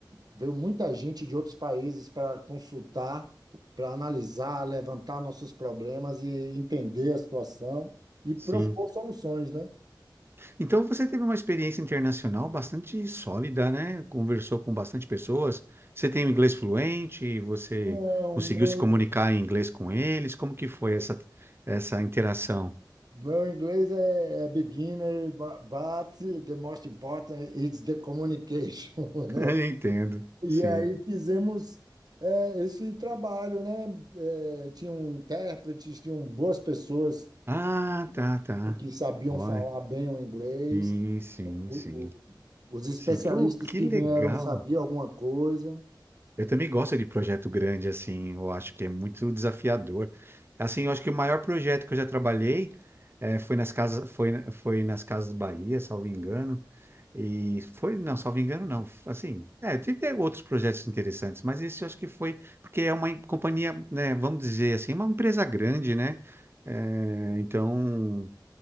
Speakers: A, on the right (about 55°); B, on the right (about 30°).
A: veio muita gente de outros países para consultar, para analisar, levantar nossos problemas e entender a situação e propor
B: sim.
A: soluções, né?
B: Então você teve uma experiência internacional bastante sólida, né? Conversou com bastante pessoas. Você tem o inglês fluente, você
A: Não,
B: conseguiu
A: meu
B: se comunicar em inglês com eles. Como que foi essa, essa interação?
A: Meu inglês é, é beginner, bu- but the most important is the communication, <laughs> né?
B: <laughs> Entendo,
A: E
B: sim.
A: aí fizemos é, esse trabalho, né? É, tinham intérpretes, tinham boas pessoas
B: Ah, tá, tá.
A: que sabiam
B: Olha,
A: falar bem o inglês.
B: sim, sim,
A: O-
B: sim.
A: o- os especialistas
B: Sim, que, oh, que
A: que
B: legal.
A: vieram sabiam alguma coisa.
B: Eu também gosto de projeto grande, assim, eu acho que é muito desafiador. Assim, eu acho que o maior projeto que eu já trabalhei eh, foi nas casas, foi, na- foi nas Casas Bahia, salvo engano. E foi, não, salvo engano, não. Assim, é, teve eh, outros projetos interessantes, mas esse eu acho que foi, porque é uma em- companhia, né, vamos dizer assim, uma empresa grande, né? Eh, então,